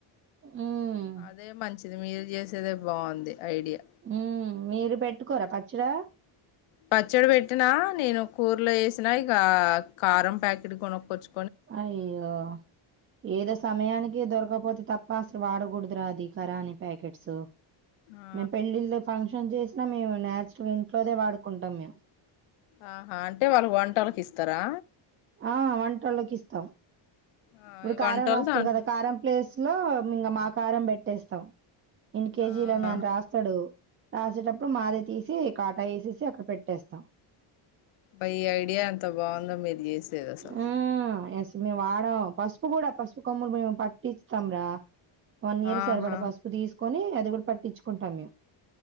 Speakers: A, on the right; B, on the left.
A: హ్మ్.
B: అదే మంచిది మీరు చేసేది బాగుంది ఐడియా
A: హ్మ్. మీరు పెట్టుకోరా పచ్చడి
B: పచ్చడి పెట్టినా నేను కూరలో వేసిన ఇక కారం ప్యాకెట్ కొనక్కవచ్చు
A: అయ్యో ఏదో సమయానికి దొరకపోతే తప్ప అసలు వాడకూడదురా అది కరాని ప్యాకెట్స్
B: ఆ
A: మేము పెళ్ళిళ్ళ ఫంక్షన్ చేసినా మేము న్చురల్ ఇంట్లోదే వాడుకుంటాం మేము
B: ఆహా అంటే వాళ్ళకి వంటలకి ఇస్తారా
A: ఆ వంటల్లోకి ఇస్తాం
B: ఆ
A: ఇప్పుడు
B: ఈ
A: కారం
B: వంటోళ్ళు
A: రాస్తారు
B: దాంట్లో
A: కదా కారం ప్లేస్ లో ఇంకా మా కారం పెట్టేస్తాం ఇన్ని కేజీలని
B: ఆ
A: అని రాస్తాడు రాసేటప్పుడు మాది తీసి కాటా వేసేసి అక్కడ పెట్టేస్తాం
B: అ ఈ ఐడియా ఎంత బాగుందో మీరు చేసేది అసలు
A: ఆ! యెస్. మేము వాడం పసుపు కూడా పసుపు కొమ్ములు మేము పట్టిస్తాం రా వన్ ఇయర్
B: ఆహా
A: సరిపడా పసుపు తీసుకొని అది కూడా పట్టించుకుంటాం మేము